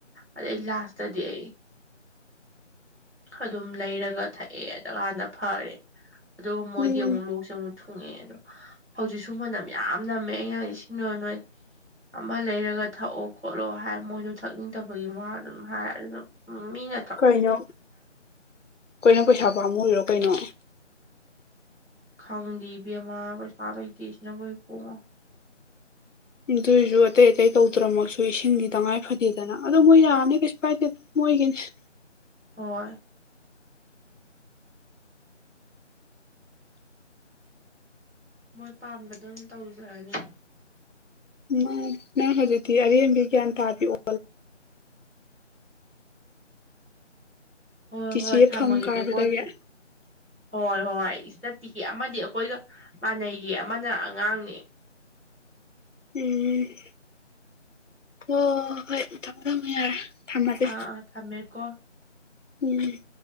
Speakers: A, in the centre; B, on the left.
A: ꯑꯗꯩ ꯂꯥꯁꯇꯗꯤ ꯑꯩ ꯑꯗꯨꯝ ꯂꯩꯔꯒ ꯊꯛꯑꯦꯗ ꯍꯥꯟꯅ ꯐꯔꯦ ꯑꯗꯨꯒ
B: ꯎꯝ
A: ꯃꯣꯏꯗꯤ ꯑꯃꯨꯛ ꯂꯣꯛꯁꯦ ꯑꯃꯨꯛ ꯊꯨꯡꯉꯛꯑꯦ ꯑꯗꯣ ꯍꯧꯖꯤꯛꯁꯨ ꯃꯅꯝ ꯌꯥꯝ ꯅꯝꯃꯦ ꯑꯩꯅ ꯏꯁꯤꯡꯗ ꯅꯣꯏ ꯑꯃ ꯂꯩꯔꯒ ꯊꯛꯑꯣ ꯈꯣꯠꯂꯣ ꯍꯥꯏ ꯃꯣꯏꯗꯣ ꯊꯛꯅꯤꯡꯗꯕꯒꯤ ꯋꯥ ꯑꯗꯨꯝ ꯍꯥꯏꯔ ꯑꯗꯨꯅ ꯎꯝ ꯃꯤ ꯅ
B: ꯀꯩꯅꯣ ꯀꯩꯅꯣ ꯄꯩꯁꯥ ꯄꯥꯝꯃꯨ ꯑꯣꯏꯔꯣ ꯀꯩꯅꯣ?
A: ꯈꯪꯂꯤꯕꯦꯝꯃꯥ ꯄꯩꯁꯥꯔꯩꯇꯦꯁꯤꯅꯅꯕꯣꯏ ꯄꯣꯛꯑꯣ
B: ꯑꯗꯨꯏꯁꯨ ꯑꯇꯩ ꯑꯇꯩ ꯇꯧꯗ꯭ꯔꯃꯁꯨ ꯏꯁꯤꯡꯗꯤ ꯇꯉꯥꯏ ꯐꯗꯦꯗꯅ ꯑꯗꯣ ꯃꯣꯏ ꯌꯥꯔꯅꯤ ꯀꯩꯁꯨ ꯀꯥꯏꯗꯦꯗ꯫ ꯃꯣꯏꯒꯤꯅꯤ
A: ꯍꯣꯏ ꯃꯣꯏ ꯄꯥꯝꯕ ꯑꯗꯨ ꯑꯗꯨꯝ ꯇꯧꯖꯔꯅꯤ
B: ꯎꯝ ꯅꯪ ꯍꯧꯖꯤꯛꯇꯤ ꯑꯔꯦꯝꯕꯤ ꯒ꯭ꯌꯥꯟ ꯇꯥꯕꯤꯌꯛꯑꯣ
A: ꯍꯣꯏ
B: ꯆꯤꯆꯦ
A: ꯍꯣꯏ ꯊꯝꯃꯒꯦꯀꯣ
B: ꯐꯝ ꯀꯥꯕꯗꯒꯤ
A: ꯑꯗꯨ ꯍꯣꯏ ꯍꯣꯏ ꯏꯁꯇ ꯅꯠꯇꯑꯃꯗꯤ ꯑꯩꯈꯣꯏꯒ ꯄꯄꯟꯅꯩꯌꯦ ꯑꯃꯅ ꯑꯉꯥꯡꯅꯦ꯫
B: ꯎꯝ ꯑꯣ ꯍꯣꯏ ꯊꯝ ꯊꯝꯃ ꯌꯥꯔꯦ꯫ ꯊꯝꯃꯁꯦ
A: ꯑꯥ ꯑꯥ ꯊꯝꯃꯦꯔꯀꯣ
B: ꯎꯝ